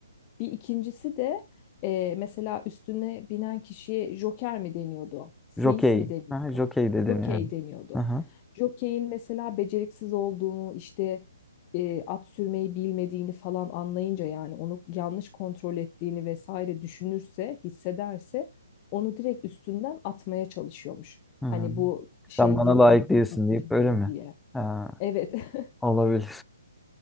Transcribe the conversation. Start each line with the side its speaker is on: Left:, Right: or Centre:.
Left: Bir ikincisi de e, mesela üstüne binen kişiye joker mi deniyordu? Seyis
Centre: Jokey.
Left: mi deniyordu?
Centre: Ha, jokey dedin
Left: Jokey
Centre: yani.
Left: deniyordu.
Centre: Aha.
Left: Jokey'in mesela beceriksiz olduğunu işte e, at sürmeyi bilmediğini falan anlayınca yani onu yanlış kontrol ettiğini vesaire düşünürse, hissederse onu direkt üstünden atmaya çalışıyormuş.
Centre: Hmm.
Left: Hani bu şey
Centre: Sen bana
Left: değil,
Centre: layık
Left: iyi
Centre: değilsin
Left: bir bakıcı
Centre: deyip öyle
Left: değil
Centre: mi?
Left: diye.
Centre: Ha,
Left: Evet, <laughs>
Centre: olabilir.